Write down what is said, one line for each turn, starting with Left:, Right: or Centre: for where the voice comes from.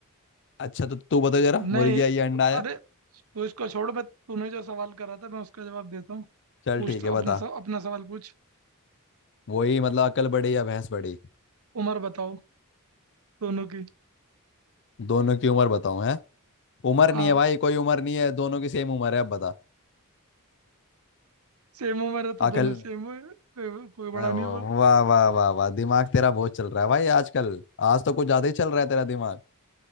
Left: अच्छा तो तू बता जरा
Right: नहीं
Left: मुर्गी आई या अंडा आया
Right: अरे तू इसको छोड़ मैं तूने जो सवाल करा था मैं उसका जवाब देता हूँ
Left: चल
Right: पूछ
Left: ठीक
Right: तो
Left: है
Right: अपना
Left: बता
Right: सव, अपना सवाल पूछ
Left: वही मतलब अकल बड़ी या भैंस बड़ी
Right: उम्र बताओ दोनों की
Left: दोनों की उम्र बताऊं है उम्र
Right: हाँ
Left: नहीं है भाई कोई उम्र नहीं है दोनों की सेम उम्र है अब बता
Right: सेम उम्र है तो
Left: अकल
Right: दोनों सेम हुए कोई कोई बड़ा
Left: वाह
Right: नहीं हुआ
Left: वाह वाह वाह दिमाग तेरा बहुत चल रहा है भाई आजकल आज तो कुछ ज्यादा ही चल रहा है तेरा दिमाग